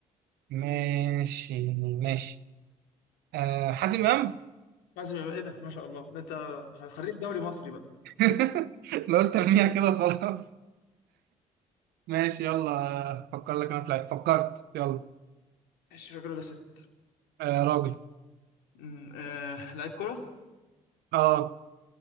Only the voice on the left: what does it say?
حازم امام، ايه ده ما شاء الله ده انت حريف دوري مصري بقى
مش راجل ولا ست
أمم، آه لعيب كرة